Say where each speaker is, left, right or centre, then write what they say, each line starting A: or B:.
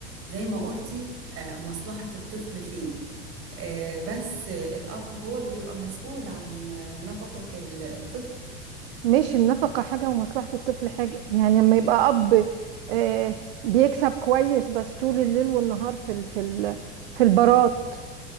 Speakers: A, on the right (about 45°); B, on the right (about 65°).
A: زي ما قلتي آه مصلحة الطفل فين آه بس الأب هو اللي بيبقى مسؤول عن آه، نفقة ال- الطفل
B: مش النفقة حاجة ومصلحة الطفل حاجة يعني لما يبقى أب آه، بيكسب كويس بس طول الليل والنهار في ال في ال في البارات